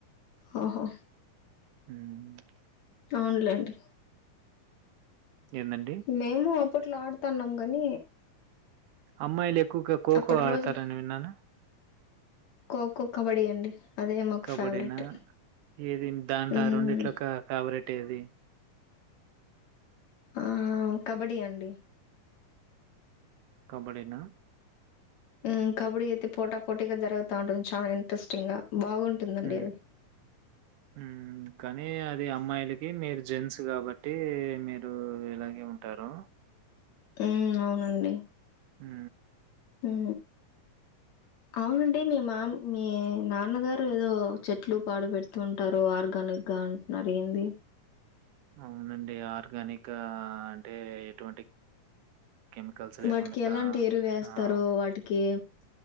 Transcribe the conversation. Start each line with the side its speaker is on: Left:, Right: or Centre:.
Left: ఓహో
Right: హ్మ్మ్
Left: అవునులేండి
Right: ఏందండి?
Left: మేము అప్పట్లో ఆడుతాన్నాం గాని
Right: అమ్మాయిలే ఊకె ఖోఖో
Left: అప్పటి
Right: ఆడతారాని
Left: రోజులు
Right: విన్నాను
Left: ఖోఖో కబడ్డీ అండి అదే మాకు
Right: కబడ్డీనా
Left: ఫేవరెట్
Right: ఏది దానిలో
Left: మ్మ్
Right: రెండిట్లో ఒక ఫేవరెట్ తేది
Left: ఆ కబడ్డీ అండి
Right: కబడినా
Left: ఉమ్ కబడ్డీ అయితే పోటా పోటీగా జరుగుతా ఉంటుంది చాలా ఇంట్రెస్టింగ్ గా బాగుంటుందండి
Right: హు
Left: అది
Right: హు కానీ అది అమ్మాయిలకి నేరు జెంస్ కాబట్టి మీరు ఇలాగే ఉంటారు
Left: ఊ అవునండి
Right: హు
Left: హూ అవునండి మీ మామ్ మీ నాన్నగారు ఏదో చెట్లు పాడు పెడుత ఉంటారు ఆర్గానిక్ గా అంటున్నారు ఏంది
Right: అవునండి ఆర్గానిక్ అంటే ఎటువంటి కెమికల్స్ లేకుండా
Left: వాటికి ఎలాంటి ఎరువు వేస్తారు
Right: ఆహ్,
Left: వాటికి